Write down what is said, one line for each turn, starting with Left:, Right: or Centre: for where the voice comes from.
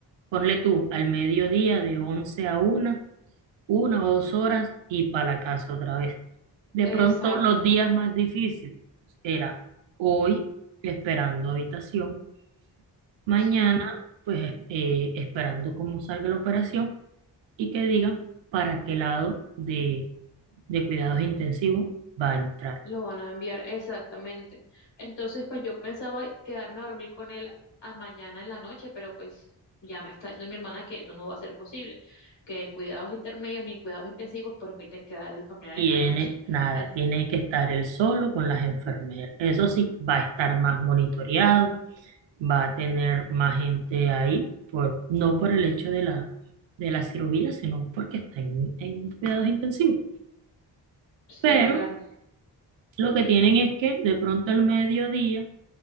Right: ponle tú, al mediodía de once a una una o dos horas y para la casa otra vez. De
Left: exacto,
Right: pronto los días más difíciles era hoy esperando habitación Mañana,
Left: sí.
Right: pues eh, esperando cómo salga la operación y que digan para qué lado de, de cuidados intensivos va a entrar.
Left: Lo van a enviar, exactamente. Entonces, pues yo pensaba quedarme a dormir con él a mañana en la noche, pero pues ya me está diciendo mi hermana que eso no va a ser posible, que en cuidados intermedios ni en cuidados intensivos permiten quedar el familiar
Right: Tiene
Left: en la noche.
Right: nada,
Left: En-
Right: tiene que estar él solo con las enfermeras. Eso sí, va a estar más monitoreado, va a tener más gente ahí, por, no por el hecho de la, de la cirugía, sino porque está en en cuidados intensivos.
Left: sí,
Right: Pero
Left: claro.
Right: lo que tienen es que de pronto al mediodía,